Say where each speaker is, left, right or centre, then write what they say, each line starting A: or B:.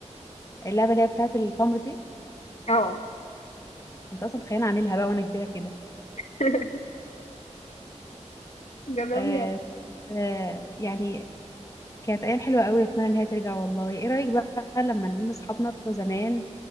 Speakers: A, on the left; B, on the left.
A: اللعبه اللي هي بتاعت التمر دي
B: اه
A: انت اصلا تخيل اعملها بقى وانا كبيره كده
B: <laughs> جربيها
A: آه طيب آه يعني كانت ايام حلوه قوي اتمنى ان هي ترجع والله ايه رايك بقى لما نلم اصحابنا بتوع زمان